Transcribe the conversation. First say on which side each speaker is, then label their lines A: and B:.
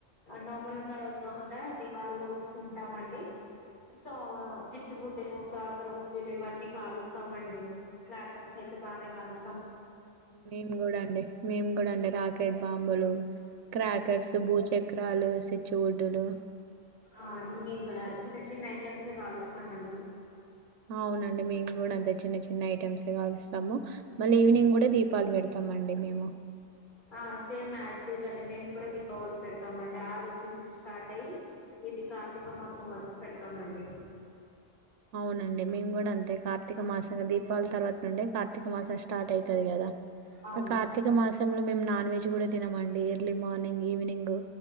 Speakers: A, on the left; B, on the right.
A: నోములు ఉన్న రోజు కాకుండా దిపాళి రోజు తింటామండి సో చిచ్చు బుడ్డలు కాకర బుడ్డెలు ఇవన్నీ కాలుస్తామండి క్రాకర్స్ అయి ఈ బానే కాల్స్
B: మేము కూడా అండి మేము కూడా అండి రాకెట్ బాంబులు క్రాకర్స్ భూచక్రాలు సిచ్చువుడ్డులు
A: ఆ అన్నీ కూడా చిన్న చిన్న ఐటమ్సే కాలుస్తానండి
B: అవునండి మీము కూడా అంత చిన్న చిన్న ఐటెమ్స్ కలుస్తాము మళ్ళీ ఈవినింగ్ కూడా దీపాలు పెడతామ అండి మేము
A: ఆ సేమ్ ఎస్ ఇట్ ఇస్ అండి నేను కూడా దీపాలు పెడతామండి ఆ రోజు నుంచి స్టార్ట్ అయ్యి ఇది కార్తీక మాసం వరకు పెడతామండి
B: అవునండి మేము కూడా అంతే కార్తీక మాసం ఇంగ దీపావళి తర్వాత నుండి కార్తీక మాసం స్టార్ట్ అయితది కదా
A: అవును
B: ఆ కార్తీక మాసంలో మేము నాన్ వెజ్ కూడా తినమ అండి early morning evening